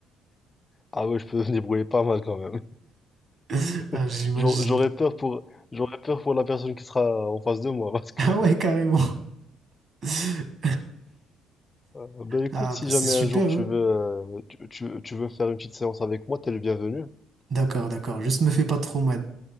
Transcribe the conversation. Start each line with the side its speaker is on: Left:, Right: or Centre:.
Left: Ah ouais, je peux me débrouiller pas mal quand même.
Right: <laughs> Ah,
Left: <laughs>
Right: j'imagine.
Left: J'aur- J'aurais peur pour, j'aurais peur pour la personne qui sera en face de moi parce que
Right: Ah ouais, carrément. <laughs>
Left: Euh, Ben écoute,
Right: Ah
Left: si
Right: bah c'est
Left: jamais
Right: super,
Left: un jour tu
Right: hein.
Left: veux, euh, tu, tu- tu veux faire une petite séance avec moi, t'es le bienvenu.
Right: D'accord, d'accord. Juste me fais pas trop mal.